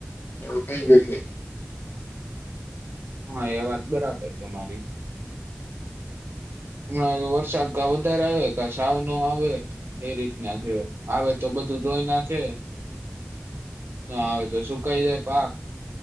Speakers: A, on the left; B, on the right.
A: એવું થઈ ગ્યું છે.
B: હા એ વાત બરાબર તમારી. હમણા એ વરસાદ કા વધારે આવે કા સાવ નો આવે એ રીતના છે આવે તો બધું ઘોઈ નાખે ના આવે તો સુકાઈ જાય પાક.